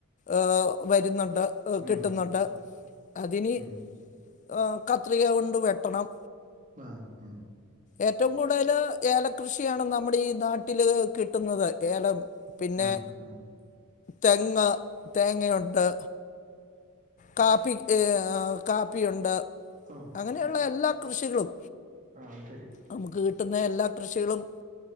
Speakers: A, on the left (about 35°); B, on the right (about 40°).
A: ഏഹ് വരുന്നുണ്ട് എഹ് കിട്ടുന്നുണ്ട്
B: ഉം
A: അതിനി
B: ഉം
A: ഏഹ് കത്രിക കൊണ്ട് വെട്ടണം
B: ആഹ് ഉം
A: ഏറ്റവും കൂടുതല് ഏല കൃഷിയാണ് നമ്മുടെ ഈ നാട്ടില് കിട്ടുന്നത് ഏലം പിന്നെ
B: ആഹ് ആഹ്
A: തെങ്ങ് തേങ്ങയുണ്ട് കാപ്പി ഏഹ് ആഹ് കാപ്പിയുണ്ട്
B: ആഹ്
A: അങ്ങനെയുള്ള എല്ലാ കൃഷികളും
B: ആഹ് അത് ശരി
A: നമുക്ക് കിട്ടുന്ന എല്ലാ കൃഷികളും